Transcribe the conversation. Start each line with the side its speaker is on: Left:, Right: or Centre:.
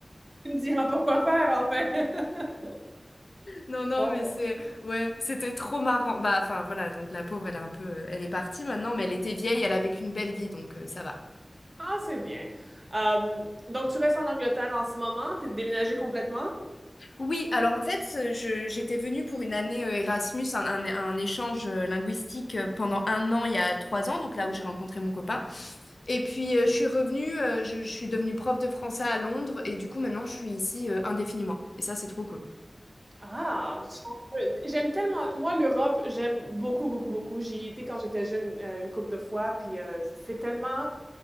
Right: Tu me diras pas quoi faire en fait. <laughs>
Left: Non, non,
Right: Bon,
Left: mais c'est, ouais, c'était trop marrant. Bah, enfin, voilà, donc la pauvre, elle est un peu, euh, elle est partie maintenant, mais elle était vieille, elle a vécu une belle vie, donc euh, ça va.
Right: Ah, c'est bien. Euh, donc tu restes en Angleterre en ce moment? T'es déménagé complètement?
Left: Oui, alors en fait, euh, je, j'étais venue pour une année euh, Erasmus, un, un- un échange euh, linguistique euh, pendant un an, il y a trois ans, donc là où j'ai rencontré mon copain. Et puis, euh, je suis revenue, euh, je, je suis devenue prof de français à Londres, et du coup, maintenant, je suis ici euh, indéfiniment. Et ça, c'est trop cool.
Right: Ah, j'aime tellement. Moi, l'Europe, j'aime beaucoup, beaucoup, beaucoup. J'y étais quand j'étais jeune euh, une couple de fois, puis euh, c'est tellement.